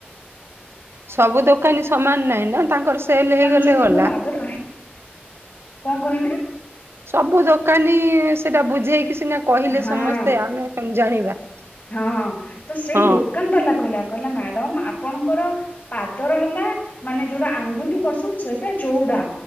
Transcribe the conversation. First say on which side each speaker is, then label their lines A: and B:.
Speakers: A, on the right; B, on the left.
A: ସବୁ ଦୋକାନୀ ସମାନ ନାଇଁ ନା ତାଙ୍କର ସେଲ ହେଇଗଲେ
B: ପାଞ୍ଚ କିଲୋ
A: ଗଲା।
B: ମୋର ଆଦର କଣ କହିଲେ?
A: ସବୁ ଦୋକାନୀ ସେଇଟା ବୁଝେଇକି ସିନା କହିଲେ
B: ହଁ
A: ସମସ୍ତେ ଆମେ କେମିତି ଜାଣିବା?
B: ହଁ ତ ସେଇ
A: ହଁ
B: ଦୋକଣ୍ଟା ହାଲା କହିଲା କହିଲା ମ୍ୟାଡମ ଆପଣଙ୍କର ପାଦର ହେଲା ମାନେ ଯୋଉଟା ଆଙ୍ଗୁଠି ପଡସନ ସେଇଟା ଚୋଉଡା।